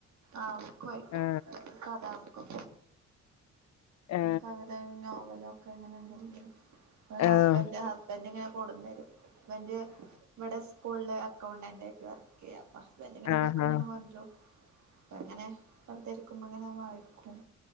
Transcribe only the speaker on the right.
ആഹ് ബുക്ക്‌ വായിക്കും
കഥാബുക്ക്
കവിത നോവലൊക്കെ അങ്ങനെന്തെങ്കിലും ഹസ്ബൻഡ്
ഹസ്ബൻഡങ്ങനെ കൊടുന്നരും ബൻ്റ് ഇവിടെ സ്കൂളില് അക്കൗണ്ടന്റായിട്ട് വർക്ക് ചെയ്യാ പ്പ ഹസ്ബൻഡ് ങ്ങനെ
ബുക്ക്ങ്ങനെ
കൊണ്ടരും അപ്പങ്ങനെ വെറുതെരിക്കുമ്പോ ങ്ങനെ വായിക്കും